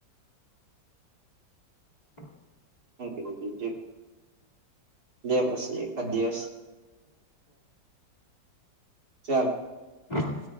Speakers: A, on the left; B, on the right.
A: હ
B: બજટ પછી એકા દિવસ
A: હા સાલ
B: ચાલ
A: હા